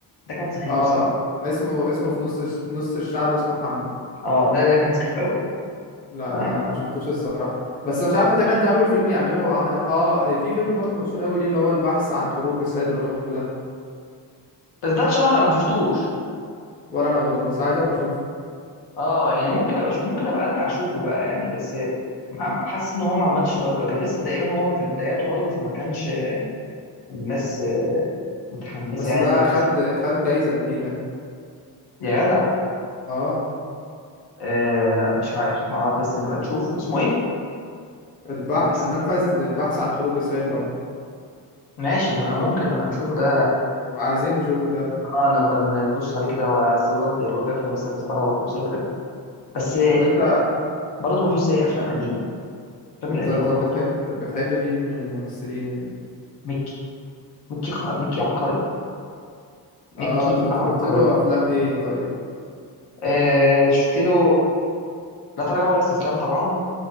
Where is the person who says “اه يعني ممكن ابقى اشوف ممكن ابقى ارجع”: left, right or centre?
Left